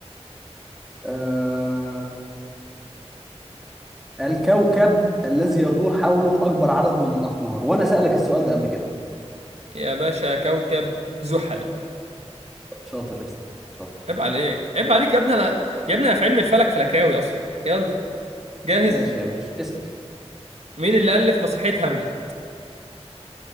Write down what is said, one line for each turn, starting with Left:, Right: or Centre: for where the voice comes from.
Centre: أه... الكوكب الذي يدور حوله اكبر عدد من الاقمار وانا سألك السؤال ده قبل كده
Right: يا باشا كوكب زحل
Centre: شاطر يا اسطى شاطر
Right: عيب عليك عيب عليك يا ابني انا يا ابني انا في علم الفلك فلكاوي اصلا يلا جاهز
Centre: ماشي يا باشا اسأل
Right: مين اللي الف مسرحية هاملت